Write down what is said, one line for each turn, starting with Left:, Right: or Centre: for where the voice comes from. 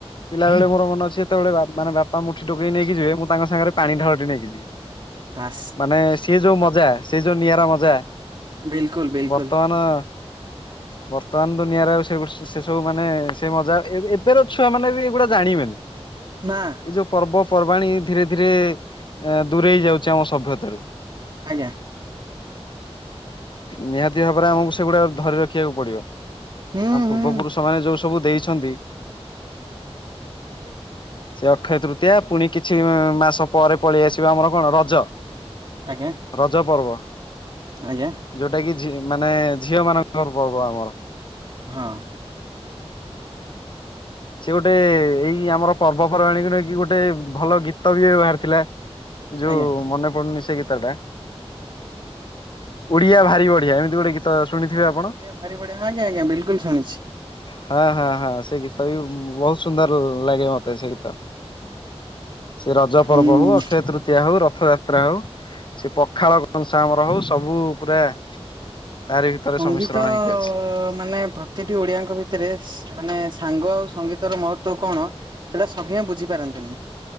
Left: ପିଲାବେେଳେ
Right: ଆଜ୍ଞା
Left: ମୋର ମନ ଅଛି ଯେତେବେଳେ ମାନେ ବାପା ମୁଠି ଡକେଇ ନେଇକି ଯିବେ ମୁଁ ତାଙ୍କ ସାଙ୍ଗରେ ପାଣି ଢାଳଟି ନେଇି କିଯିବି
Right: ବାସ୍।
Left: ମାନେ ସେ ଯୋଉ ମଜା ସେ ଯୋଉ ନିଆରା ମଜା
Right: ବିଲକୁଲ ବିଲକୁଲ
Left: ବର୍ତ୍ତମାନ ବର୍ତ୍ତମାନ ଦୁନିଆରେ ଆଉ ସେ ସେ ସବୁ ମାନେ ସେ ମଜା ଏବେର ଛୁଆ ମାନେ ବି ଏଗୁଡା ଜାଣିବେନି।
Right: ନା।
Left: ଏଇ ଯୋଉ ପର୍ବପର୍ବାଣୀ ଧୀରେ ଧୀରେ ଦୂରେଇ ଯାଉଛି ଆମ ସଭ୍ୟତାରୁ।
Right: ଆଜ୍ଞା
Left: ନିହାତି ଭାବରେ ଆମକୁ ସେଗୁଡା ଧରି ରଖିବାକୁ ପଡିବ।
Right: ହୁଁ
Left: ଆମ
Right: ହୁଁ
Left: ପୂର୍ବ ପୁରୁଷ ମାନେ ଯୋଉ ସବୁ ଦେଇଛନ୍ତି। <inaudible> ସେ ଅକ୍ଷୟ ତୃତୀୟା ପୁଣି କିଛି ମାସ ପରେ ପଳେଇ ଆସିବ ଆମର କଣ ରଜ।
Right: ଆଜ୍ଞା
Left: ରଜ ପର୍ବ
Right: ଆଜ୍ଞା
Left: ଯୋଉଟା କି ଝି ମାନେ ଝିଅ ମାନଙ୍କର ପର୍ବ ଆମର।
Right: ହଁ
Left: ସିଏ ଗୋଟେ ଏଇ ଆମର ପର୍ବପର୍ବାଣୀକୁ ନେଇକି ଗୋଟେ ଭଲ ଗୀତ ବିଏ ବାହାରିଥିଲା। ଯୋଉ
Right: ଆଜ୍ଞା।
Left: ମନେ ପଡୁନି ସେ ଗୀତଟା ଓଡିଆ ଭାରି ବଢିଆ ଏମିତି ଗୋଟେ ଗୀତ ଶୁଣିଥିବେ
Right: ହଁ
Left: ଆପଣ?
Right: ଓଡିଆ ଭାରି ବଡିଆ ହଁ ଆଜ୍ଞା ଆଜ୍ଞା ବିଲକୁଲ ଶୁଣିଛି।
Left: ହଁ ହଁ ହଁ ସେ ତଥାପି ବହୁତ ସୁନ୍ଦର ଲାଗେ ମତେ ସେ ଗୀତ। ସେ ରଜ
Right: ହୁଁ
Left: ପର୍ବ ହଉ ଅକ୍ଷୟତୃ ତୃତୀୟା ହଉ ରଥଯାତ୍ରା ହଉ ସେ ପଖାଳ କଂସା ଆମର ହଉ ସବୁ ପୁରା ତାରି ଭିତରେ
Right: ସଙ୍ଗୀତ
Left: ସମିଶ୍ରଣ ହେଇକି ଅଛି।
Right: ମାନେ ପ୍ର ପ୍ରତିଟି ଓଡିଆଙ୍କ ଭିତରେ ସ୍-ମାନେ ସାଙ୍ଗ ଆଉ ସଙ୍ଗୀତର ମହତ୍ତ୍ୱ କଣ ସେଟା ସଭିଏଁ ବୁଝି ପାରନ୍ତିନି